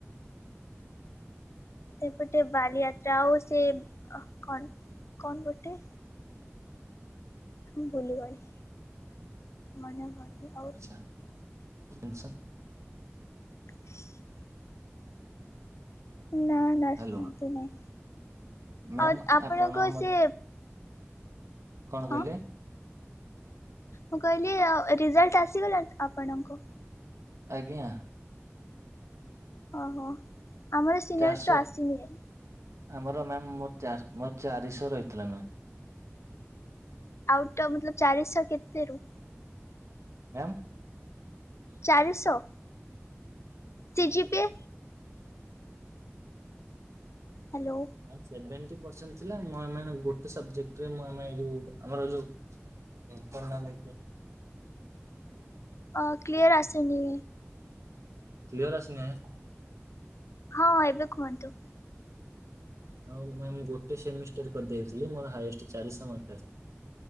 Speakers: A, on the left (about 70°); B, on the right (about 80°).
A: ସେପଟେ ବାଲିଯାତ୍ରା ଆଉ ସେ କଣ କଣ ଗୋଟେ ମୁଁ ଭୁଲିଗଲି ମନେ ପଡୁନି, ଆଉ
B: ଆଛା। ଟେସ୍
A: <inaudible> ନା ନା
B: ହ୍ୟାଲୋ
A: ସେମତି ନାଇଁ।
B: ମ୍ୟାମ୍
A: ଅ ଆପଣଙ୍କ
B: ଆପଣ ମତେ
A: ସେ
B: କଣ କହିଲେ
A: ହଁ। ମୁଁ କହିଲି ଆଉ ରିଜଲ୍ଟ ଆସିଗଲାଣି ତ ଆପଣଙ୍କୁ?
B: ଆଜ୍ଞା।
A: ଅହୋ ଆମର ଏ ସିିନିଅର୍ସର
B: ଚାରିଶହ
A: ଆସିନି ଏ।
B: ଆମର ମ୍ୟାାମ୍ ମୋର ଚାର୍ ମୋର ଚାରିଶ ରହିଥିଲା ମ୍ୟାମ୍।
A: ଆଉଟ୍ ଅ ବତଲ ଚାରିଶ କେତେରୁ?
B: ମ୍ୟାମ୍?
A: ଚାରିଶ? C G P A hello.
B: Ma'am seventy percent ଥିଲା ମୁଁ ଆମେ ଆଉ ଗୋଟେ ସବ୍ଜେକ୍ଟ୍ ରେ ମୁଁ ଆମେ ଯୋଉ ଆମର ଯୋଉ ଇଣ୍ଟରନାଲ୍ ଏବେ
A: ଅ କ୍ଲିଅର୍ ଆସିନି।
B: କ୍ଲିଅର୍ ଆସିନେ
A: ହଁ ଏବେ କୁହନ୍ତୁ।
B: ଆଉ ମ୍ୟାମ୍ ଗୋଟେ ସେମିଷ୍ଟର କରିଦେଇଥିଲି ମୋର ହାଇଏଷ୍ଟ୍ ଚାରଶ ମାର୍କ ଆସ୍